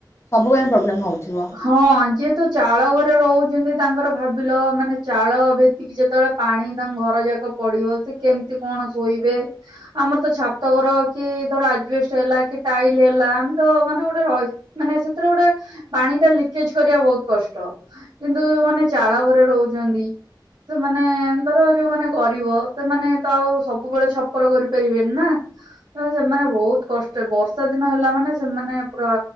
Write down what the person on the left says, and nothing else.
ସବୁ ପାଇଁ ପ୍ରୋବ୍ଲେମ୍ ହଉଥିବ।